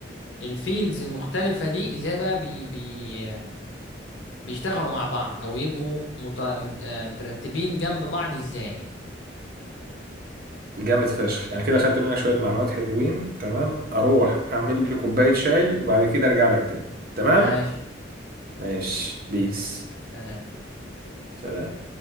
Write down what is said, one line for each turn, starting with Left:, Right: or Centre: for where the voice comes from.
Left: الفيلدز المختلفه دي ازاي بقى بي بي بيشتغلوا مع بعض او يبقوا مت... مت... آه، مترتبين جنب بعض ازاي
Right: جامد فشخ انا كده خدت منك شوية معلومات حلوين تمام اروح اعمل لي كوباية شاي وبعد كده ارجع لك تاني تمام
Left: ماشي
Right: ماشي بيس
Left: سلام
Right: سلام